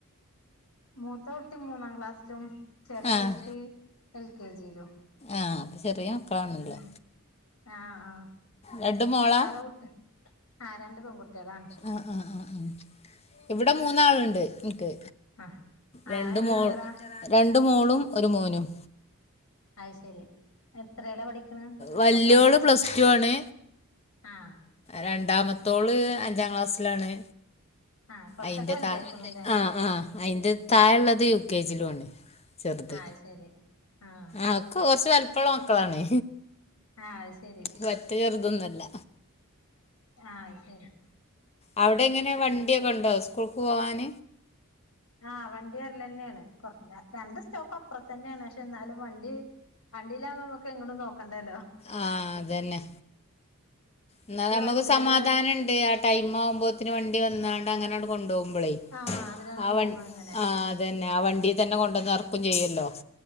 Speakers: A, on the left; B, on the left.
A: മൂത്ത കുട്ടി മൂന്നാം ക്ലാസ്സിലും ചെറിയ
B: ആ
A: കുട്ടി എൽ കെ ജിയിലും
B: ആഹ് ചെറിയ മക്കളാണല്ലോ
A: ഉം ആഹ് ആഹ്
B: രണ്ട് മോളാ
A: അവിടെ വിട്ട്ആരന്റെ പെൺകുട്ടികളാണ്
B: ആഹ് ആഹ് ആഹ് ഇവിടെ മൂന്നാളുണ്ട് എനിക്ക്
A: ആഹ് ആഹ്
B: രണ്ട്
A: എന്ത്
B: മോ
A: കുട്ടികളാ
B: രണ്ട് മോളും ഒരു മോനും
A: അത് ശരി എത്രയില പഠിക്ണ് പഠിക്ക്ണ്ടോ
B: വല്യോള് പ്ലസ് ടു ആണ്
A: ആഹ്
B: രണ്ടാമത്തോള് അഞ്ചാം ക്ലാസ്സിലാണ്
A: ആഹ് കൊറച്ചൊക്കെ
B: അയിന്റെ
A: വലുതായിക്കണു
B: ത
A: അല്ലേ
B: ആഹ് ആഹ് അയിൻ്റെ
A: ഉം
B: താഴെ ഉള്ളത് യു കെ ജിലു ആണ് ചെറുത്
A: ആഹ് അത് ശരി ആഹ്
B: ആക്കൂ കുറച്ച് വലുപ്പമുള്ള മക്കളാണ്
A: ആഹ് അത് ശരി
B: പറ്റ ചെറുതൊന്നുമല്ല
A: ആഹ് അത് ശരി
B: അവിടെ എങ്ങനെ വണ്ടിയൊക്കെ ഉണ്ടോ സ്കൂൾക്ക് പോകാൻ
A: ആഹ് വണ്ടി വരെല്ല തന്നെയാണ് കൊറ രണ്ട് സ്റ്റോപ്പ് അപ്പുറ തന്നെയാണ് പക്ഷെ എന്നാലും വണ്ടി വണ്ടീലാകുമ്മമ്മക്ക് എങ്ങടും നോക്കണ്ടല്ലോ
B: ആഹ് അതന്നെ എന്നാ
A: ഇത്
B: നമുക്ക്
A: മറ്റേത്
B: സമാധാനണ്ട് ആ ടൈം ആവുമ്പോത്തിന് വണ്ടി വന്നാണ്ട് അങ്ങനെണ്ട് കൊണ്ടോകുമ്പളേ
A: ആഹ് അതിലാണ്
B: ആവ
A: പോക അങ്ങനെ
B: ആഹ് അത് തന്നെ ആ വണ്ടി തന്നെ കൊണ്ടന്ന് എർക്കും ചെയ്യല്ലോ